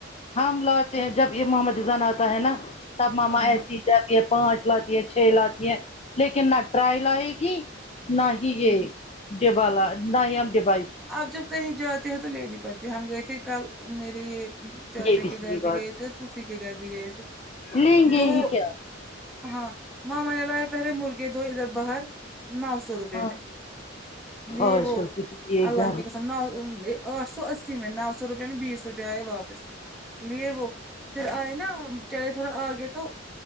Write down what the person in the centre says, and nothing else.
ہاں
ہوں،
آپ جب کہیں جاتے ہیں تو لینی پڑتے ہم گئے تھے کل میرے یہ چاچا
کے
گھر بھی
گئے تھے اور پفی کے گھر بھی گئے تھے
دو
ہاں م من ل ہے پہلے مرغی دو ادھر باہر نو سو روپے
میں یہ
وہ
اللہ کی کے قسم نو سو اسی میں نو سو روپے میں بیس روپئے آئیے واپ لیے وہ پھر آئے نا چارے تھوڑا آ گئے تو